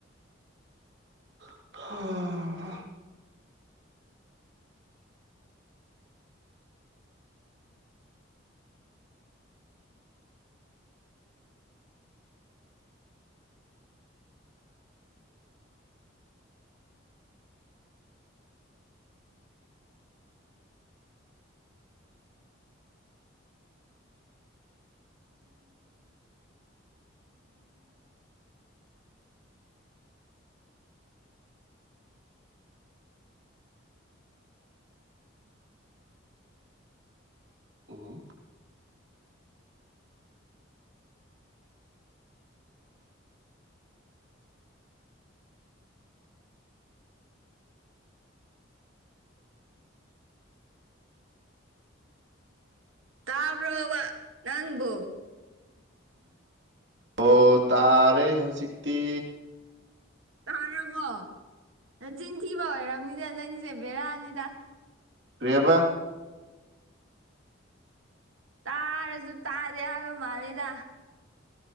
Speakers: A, on the right; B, on the right.
A: <unintelligible> <inaudible> ꯎꯝ
B: ꯇꯥꯕ꯭ꯔꯣꯕ ꯅꯪꯕꯨ꯫
A: ꯑꯣ ꯇꯥꯔꯦ ꯍꯧꯖꯤꯛꯇꯤ꯫
B: ꯇꯥꯔꯕꯣ ꯅꯆꯤꯟꯊꯤꯕ ꯑꯣꯏꯔꯝꯅꯤꯗ ꯅꯪꯁꯦ ꯕꯦꯔꯅꯤꯗ
A: ꯀꯔꯤ ꯍꯥꯢꯕ꯫
B: ꯇꯥꯔꯁꯨ ꯇꯥꯗꯦ ꯍꯥꯢꯕ ꯃꯥꯂꯦꯗ꯫